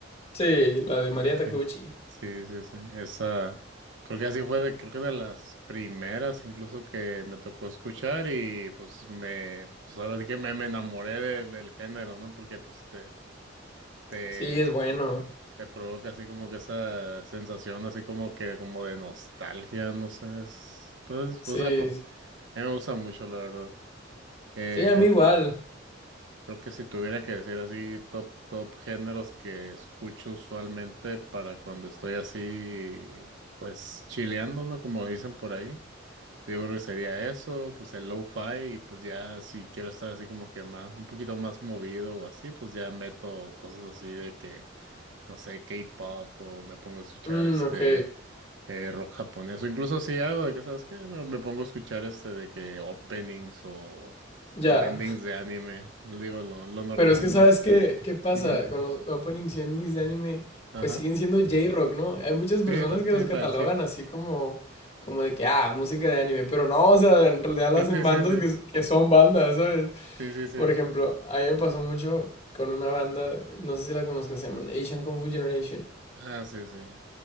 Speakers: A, on the left; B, on the right.
A: Sí, la de María Takeuchi.
B: Sí, sí, sí, sí, esa, creo que así fue, de, creo que de las primeras incluso que me tocó escuchar y pues me, pues ahora sí que me, me enamoré de- del género, ¿no? Porque pues te te,
A: Sí, es bueno.
B: te provoca así como que esa sensación así como que como de nostalgia, no sé, es- pues,
A: Sí,
B: o sea, po- a mí me gusta mucho, la verdad. Eh,
A: sí, a
B: creo
A: mí igual.
B: que, creo que si tuviera que decir así top, top géneros que escucho usualmente para cuando estoy así, pues chileando, ¿no? Como dicen por ahí. pues, Yo creo que sería eso, pues el lo-fi, y pues ya si quiero estar así como que más, un poquito más movido o así, pues ya meto cosas así de que no sé, K-pop o me pongo a escuchar
A: Mm,
B: este
A: ok,
B: eh, rock japonés o incluso si hago de que, ¿sabes qué? Me, me pongo a escuchar este de que openings o,
A: ya.
B: o endings de anime, digo lo, lo normal,
A: Pero es que sabes
B: ¿no?
A: qué, qué pasa
B: Ujú,
A: con los openings y endings de anime,
B: Ajá.
A: pues siguen siendo J-Rock, ¿no? Hay muchas personas
B: Sí, ta-
A: que
B: sí,
A: los catalogan
B: tal, sí.
A: así como, como de que, ah, música de anime, pero no, o sea, en realidad las
B: Sí,
A: hacen
B: sí,
A: bandas
B: sí, sí.
A: que, s- que son bandas, ¿sabes?
B: Sí, sí, sí.
A: Por ejemplo,
B: sí.
A: a mí me pasó mucho con una banda, no sé si la conozcas, se llaman Asian Kung Fu Generation.
B: Ah, sí, sí.